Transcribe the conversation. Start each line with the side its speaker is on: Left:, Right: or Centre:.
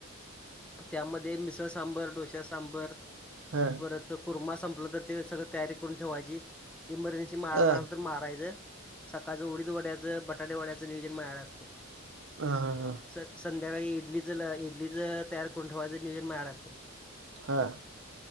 Centre: त्यामध्ये मिसळ सांबर डोश्या सांबर
Right: हा
Centre: परत कुर्मा संपलं तर, ते सगळ तयारी करून ठेवायची इमर्जन्सी जेमाराला
Right: अ
Centre: ला तर मारायचं, सकाळचं उडीद, वड्याचं, बटाटे वड्याचं नियोजन माझ्याकडेच असते.
Right: ह! ह! हा! !
Centre: स संध्याकाळी इडलीच, इडलीच तयार करून, ठेवायचं नियोजन माझ्या कडे असते
Right: ह! !